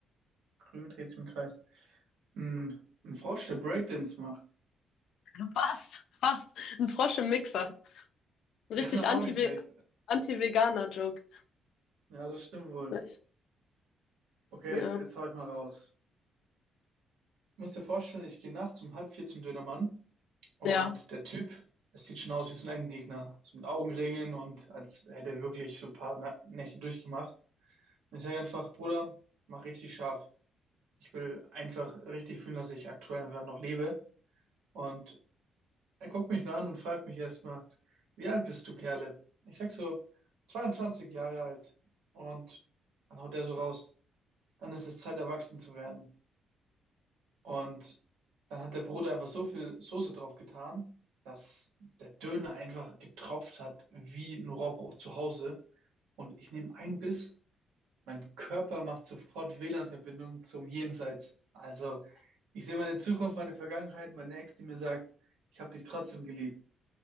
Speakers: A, on the right; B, on the left.
A: grün dreht sich im Kreis. Ein, ein Frosch, der Breakdance macht.
B: <laughs> Fast, fast. Ein Frosch im Mixer. Ein
A: <laughs>
B: richtig
A: Auch
B: Anti-Ve-
A: nicht schlecht.
B: Anti-Veganer-Joke.
A: Ja, das stimmt wohl.
B: Ich-
A: Okay,
B: Ja,
A: jetzt, jetzt hau ich mal raus. Du musst dir vorstellen, ich gehe nachts um halb vier zum Dönermann und
B: ja.
A: der Typ, das sieht schon aus wie so ein Endgegner. So mit Augenringen und als hätte er wirklich so ein paar Na- Nächte durchgemacht. Und ich sage einfach, Bruder, mach richtig scharf. Ich will einfach richtig fühlen, dass ich aktuell einfach noch lebe. Und er guckt mich nur an und fragt mich erstmal, wie alt bist du, Kerle? Ich sag so, 22 Jahre alt. Und dann haut der so raus, dann ist es Zeit, erwachsen zu werden. Und dann hat der Bruder einfach so viel Soße drauf getan, dass der Döner einfach getropft hat wie ein Rohrbruch zu Hause. Und ich nehme einen Biss, mein Körper macht sofort WLAN-Verbindung zum Jenseits. Also ich sehe meine Zukunft, meine Vergangenheit, meine Ex, die mir sagt, ich habe dich trotzdem geliebt.